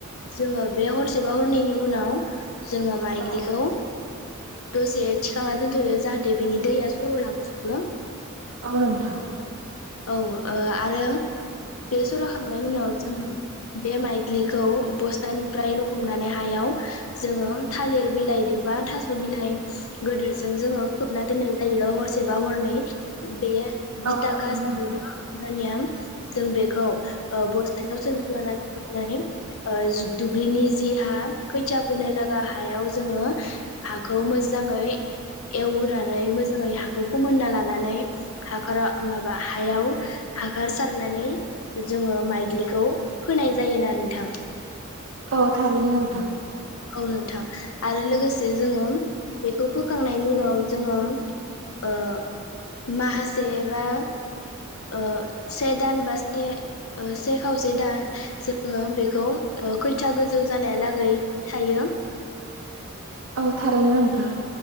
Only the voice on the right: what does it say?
औ
औ नोंथां
औ थारैनो
नोंथां
औ थारैनो नोंथां।
औ थारैनो नोंथां।